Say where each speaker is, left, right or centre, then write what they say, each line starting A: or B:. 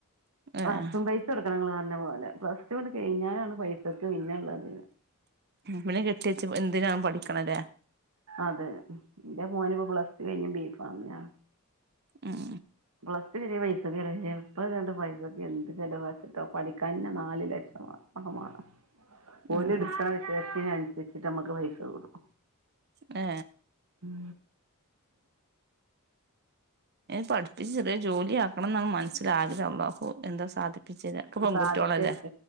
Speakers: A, on the right; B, on the right.
A: ഏഹ്
B: ബസും പൈസ കൊട്ക്കണം ഇങ്ങള് പറഞ്ഞ പോലെ പ്ലസ് റ്റൂ ങ്ങട് കഴിഞ്ഞാലാണ് പൈസക്ക് പിന്നെള്ളത്
A: പിന്നെ കെട്ടിവെച്ച് എന്തിനാവും പഠിക്കണ്ലേ
B: അതെ ന്റെ മോന് ഇപ്പ പ്ലസ് റ്റു കഴിഞ് ബീഫാമിനാ
A: ഉം
B: പ്ലസ് ടു വരെ പൈസക്ക്‌ ചെലവില്ല ഇപ്പ അതണ്ട് പൈസക്കെ എന്ത് ചിലവാച്ചിട്ടാ പഠിക്കാൻന്നെ നാല് ലക്ഷംവാണം അഹ് ഓല്
A: ഉം
B: എട്ക്ക്‌ണ വിഷയത്തിന് അനുസരിച്ചിട്ട് നമ്മക്ക് പൈസ കൂടും
A: ഏ
B: ഉം
A: പഠിപ്പിച്ച് ചെറിയ ജോലിയാക്കണം എന്നാണ് മനസ്സില് ആഗ്രഹം അള്ളാഹു എന്താ സാധി ചെലർക്ക്‌ പെൺകുട്ടികളല്ലേ
B: സാധിച്ചെടുക്ക